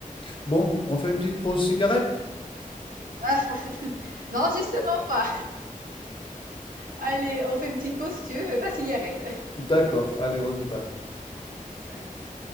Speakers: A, on the left; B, on the right.
A: Bon, on fait une petite pause cigarette?
B: Ah! <laughs> Non, justement pas. Allez, on fait une petite pause si tu veux, mais pas de cigarette. <laughs>
A: D'accord, allez, on y va.
B: Salut.